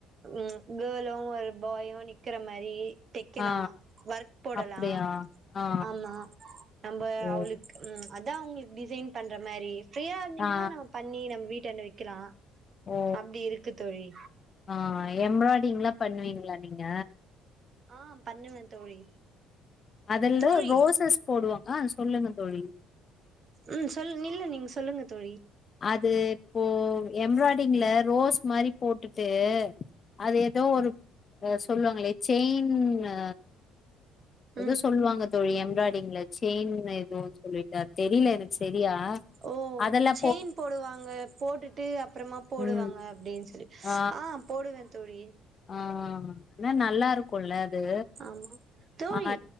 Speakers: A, on the right; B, on the left.
A: ம் கேளோ ஒரு பாயோ நிக்கிற மாரி டெக் க்கலா
B: ஆ ஆ
A: ஒர்க் போடலா
B: அப்டியா ஆ
A: ஆமா நம்ப
B: ஓ
A: அவளுக் ம் அதா உங்களுக்கு டிசைன் பண்ற மாரி ஃப்ரீயா இருந்தீங்ன்னா
B: ஆ
A: நம்ம பண்ணி நம்ம வீட்டாண்ட விக்கலா
B: ஓ
A: அப்டி இருக்கு தோழி
B: ஆ எம்ப்ராய்டிங்லா பண்ணுவீங்ளா நீங்க
A: ஆ பண்ணுவ தோழி
B: அதுல
A: தோழி
B: ரோசஸ் போடுவாங்க அத சொல்லுங்க தோழி
A: ம் சொல் இல்ல நீங்க சொல்லுங்க தோழி
B: அது இப்போ எம்ப்ராய்டரிங்ல ரோஸ் மாரி போட்டுட்டு அது ஏதோ ஒரு அ சொல்லுவாங்களே செயின்னு ஏதோ
A: ம்
B: சொல்லுவாங்க தோழி எம்ப்ராய்டிங்ல செயின் எதோன்னு சொல்லிட்டா தெரியில எனக்கு செரியா
A: ஓ
B: அதெல்லா
A: செயின் போடுவாங்க போட்டுட்டு அப்புறமா போடுவாங்க
B: ம்
A: அப்டின்னு சொல்லி
B: ஆ
A: ஓடுவே தோழி
B: ஆ ஆன நல்லாருக் கொள்ல அது
A: ஆமா தோழி
B: ஆ